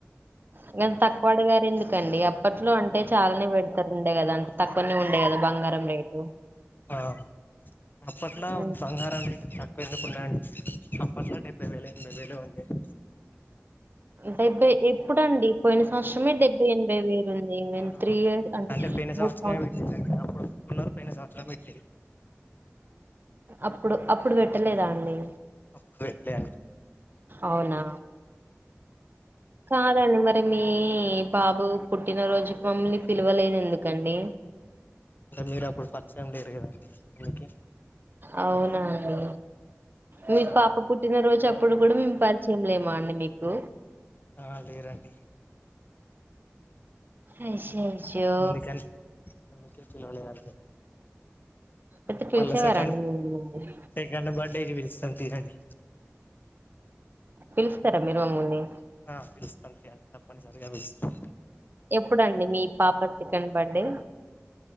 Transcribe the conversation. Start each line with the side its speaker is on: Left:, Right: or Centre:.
Right: ఇగ అంత తక్కువ అడిగారు ఎందుకండి అప్పట్లో అంటే చాలానే పెడుతారంట కదన్ తక్కువనే ఉండే కదా బంగారం రేటు
Left: ఆ అప్పట్లో
Right: హ్మ్.
Left: బంగారం రేటు త కెందుకున్నాయండి ఆప్పట్లో డెబ్బై వేలో ఎనభై వేలో ఉండేది
Right: డెబ్బై ఎప్పుడండి పోయిన సంవత్సరమే డెబ్బై ఎనభై వే <unintelligible>
Left: ఆ
Right: త్రీ ఇయర్స్ అంటే
Left: పోయిన సంవత్సరమే
Right: మూడు సం
Left: అప్పుడు ఒప్పుకున్నరు పోయిన సంవత్సరం పెట్టిర్రు
Right: అప్పుడు అప్పుడు పెట్టలేదా అండి
Left: అప్పుడు పెట్టలే అండి
Right: అవునా కాదండి మ తే మీ బాబు పుట్టినరోజుకి మమ్మల్ని పిలవలేదు ఎందుకండి
Left: అంటే మీరు అప్పుడు పరిచయం లేరు కదండి అందుకే
Right: అవునా అండి
Left: ఆ
Right: మీ పాపు పుట్టినరోజు అప్పుడు కూడా మేము పరిచయం లేమా అండి మీకు
Left: ఆ లేరండి
Right: అయ్యయ్యో!
Left: అందుకని అందుకే పిలవలే అంతే
Right: అయితే పిలిచేవారండి
Left: మళ్ళ సెకండ్
Right: మిమ్మల్ని
Left: సెకండ్ బర్త్డే కి పిలుస్తాం తీయండి.
Right: పిలుస్తరా మీరు మమ్ముల్ని
Left: ఆ పిలుస్తం తీయండి తప్పనిసరిగా పిలుస్తం.
Right: ఎప్పుడండి మీ పాప సెకండ్ బర్త్డే?